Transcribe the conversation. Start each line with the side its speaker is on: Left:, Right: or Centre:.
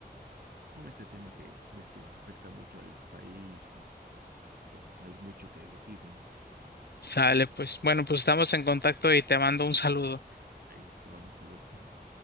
Right: con este tema que ves que afecta mucho al país y pues hay mucho que decir, ¿no?
Left: Sale, pues. Bueno, pues estamos en contacto y te mando un saludo.
Right: Ahí te mando un saludo. <laughs>